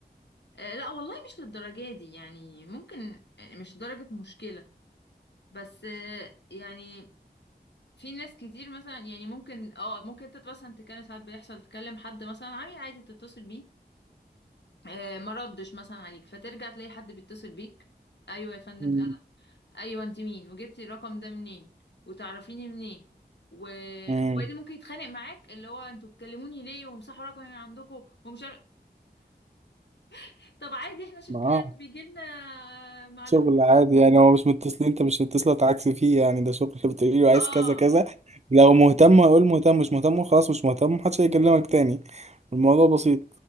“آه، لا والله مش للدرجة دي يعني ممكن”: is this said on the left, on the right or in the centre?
Left